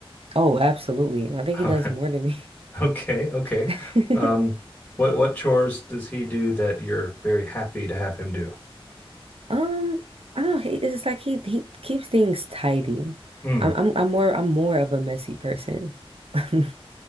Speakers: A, on the right; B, on the left.
A: Oh, absolutely.
B: <laughs>
A: I think he
B: All
A: does
B: right.
A: more than me.
B: Okay, okay.
A: <laughs>
B: Um, what what chores does he do that you're very happy to have him do?
A: Um, I don't. He, it's just like he he keeps things tidy.
B: Hmm.
A: I'm I'm I'm more I'm more of a messy person. <laughs>